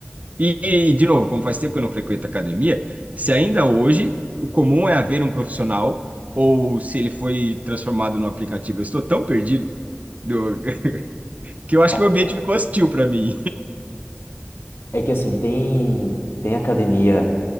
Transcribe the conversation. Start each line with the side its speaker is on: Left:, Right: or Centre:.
Right: E, e, de novo, como faz tempo que eu não frequento academia, se ainda hoje o comum é haver um profissional, ou se ele foi transformado num aplicativo, eu estou tão perdido do- <laughs> que eu acho
Left: <laughs>
Right: que o ambiente ficou hostil para mim.
Left: é que assim, tem, tem academia.